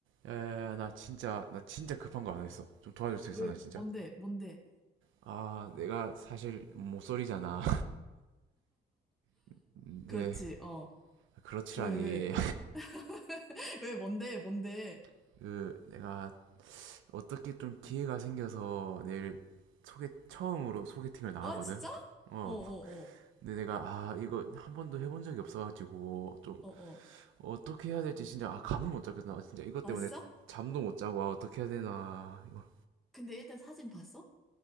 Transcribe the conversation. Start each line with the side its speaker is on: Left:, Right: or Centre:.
Right: 야야야 나 진짜 나 진짜 급한 거 하나 있어 좀 도와줄 수 있어
Centre: 왜,
Right: 나 진짜
Centre: 뭔데, 뭔데.
Right: 아 내가 사실 모쏠이잖아 <laughs>
Centre: 그렇지,
Right: 네
Centre: 어.
Right: 그렇지라니
Centre: 왜, 왜. <laughs> 왜, 뭔데, 뭔데.
Right: <laughs> 그 내가 어떻게 좀 기회가 생겨서 내일 소개 처음으로 소개팅을 나가거든
Centre: 어, 진짜?
Right: 어
Centre: 어, 어, 어.
Right: 근데 내가 아 이거 한 번도 해본 적이 없어가지고 좀
Centre: 어, 어.
Right: 어떻게 해야 될지 진짜 아 감을 못 잡겠어 나 진짜 이것
Centre: 아,
Right: 때문에
Centre: 진짜?
Right: 잠도 못 자고 아 어떻게 해야 되나 이거
Centre: 근데 일단 사진 봤어?